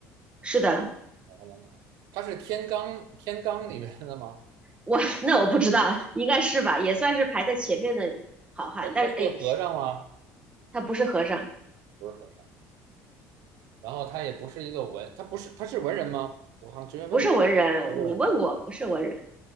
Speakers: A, on the right; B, on the right.
A: 是的，
B: 好汉梁山好汉，他是天罡天罡里边的吗？
A: 我 <laughs> 那我不知道，应该是吧，也算是排在前面的好汉，
B: 他他是个和尚吗？
A: 但是哎呦，他不是和尚，
B: 不是和尚。然后他也不是一个文，他不是他是文人吗？我好像之前问过，
A: 不是文人，
B: 他这个你
A: 你问过不是文人，